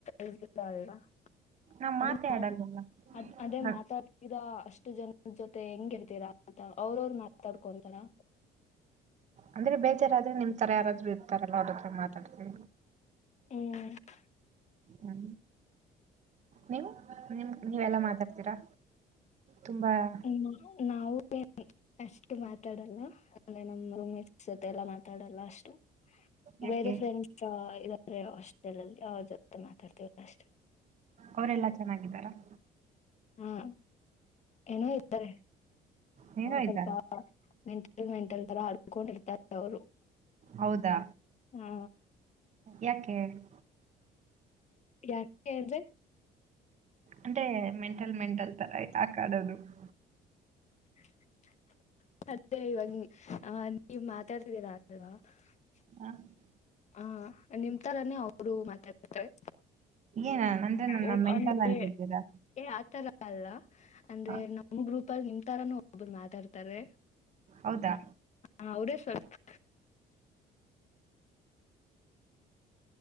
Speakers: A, on the left (about 45°); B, on the right (about 45°).
A: ಇದೀರಿ ಅಲ್ವಾ? <inaudible> <unintelligible>
B: ನಾವ್
A: ಅದು
B: ಮಾತೇ ಆಡಲ್ವಲ್ಲ
A: ಅದ ಅದೇ
B: ನಾನ್-
A: ಮಾತಾಡ್ <inaudible> <unintelligible> ಇದ ಅಷ್ಟು ಜನ ಜೊತೆ ಹೆಂಗಿರ್ತೀರಾ ಅಂತ ಅವ್ರ ಅವ್ರ ಮಾತಾಡ್ಕೊಂತಾರ? <inaudible> <unintelligible>
B: ಅಂದ್ರೆ ಬೇಜಾರಾದ್ರೆ ನಿಮ್ಮ ತರಾ ಯಾರಾದ್ರು ಇರ್ತಾರಲ್ಲ ಅವ್ರತ್ರ ಮಾತಾಡ್ತವಿ. <inaudible>
A: ಹ್ಮ್
B: ಹ <inaudible> ನೀವು ನಿಮ್ಮ ನೀವೆಲ್ಲಾ ಮಾತಾಡ್ತೀರಾ ತುಂಬಾ <inaudible>
A: ಹೂ ನಾವು ಅಷ್ಟು ಮಾತಾಡಲ್ಲ? <inaudible> ಆಮೇಲೆ ನಮ್ಮ ರೋಮೆಟಸ ಜೊತೆ ಎಲ್ಲ ಮಾತಾಡಲ್ಲ ಅಷ್ಟು. <inaudible>
B: ಯಾಕೆ?
A: ಬೇರೆ ಫ್ರೆಂಡ್ಸ್ ಆ ಇದಾರೆ ಹಾಸ್ಟೆಲ್ ಅಲ್ಲಿ ಅವ್ರ ಜೊತೆ ಮಾತಾಡ್ತಿವಲ್ಲ ಅಷ್ಟೆ. <inaudible>
B: ಅವರೆೆಲ್ಲಾ ಚೆನ್ನಾಗಿದ್ದಾರ? <inaudible>
A: ಹೂ <inaudible> ಏನೋ ಇರ್ತಾರೆ
B: ನೀನು
A: ಸ್ವಲ್ಪ
B: ಇದ್ದಾರಾ
A: ಮೆಂಟಲ್ ಮೆಂಟಲ್ ತರ ಆಡ್ಕೊಂಡಿರ್ತಾರೆ. <inaudible> <unintelligible> ಅವರು <inaudible>
B: ಹೌದಾ
A: ಆ
B: ಯಾಕೆ? <inaudible>
A: ಯಾಕೆ ಅಂದ್ರೆ? <inaudible>
B: ಅಂದರೇ ಮೆಂಟಲ್ ಮೆಂಟಲ್ ತರ ಯಾಕಾ ಆಡೋದು. <inaudible>
A: <inaudible> ಮತ್ತೆ ಇವಾಗ ನೀ ನೀವ್ ಮಾತಾಡ್ತಿದ್ದೀರಾ ಅಲ್ವಾ? <inaudible> <unintelligible>
B: ಆ <inaudible>
A: ಆ ನಿಮ್ಮ ತರಾನೇ ಅವರು ಮಾತ್ತಾಡತಾರೆ. <inaudible>
B: ಏನು ಅಂದರೆ ನನ್ನ
A: ಓ
B: ಮೆಂಟಲ್
A: ಅಂದರೆ
B: ಅಂತಿದ್ದೀರಾ
A: ಏ ಆತರ ಅಲ್ಲ ಅಂದ್ರೆ
B: ಹಾಂ
A: ಏನೋ <inaudible> ನಮ್ಮ ಗ್ರೂಪಲ್ಲಿ ನಿಮ್ಮ ತರಾನು ಒಬ್ಬರು ಮಾತಾಡ್ತಾರೆ.
B: ಹೌದಾ.
A: ಹ ಅವ್ರೇ. <unintelligible>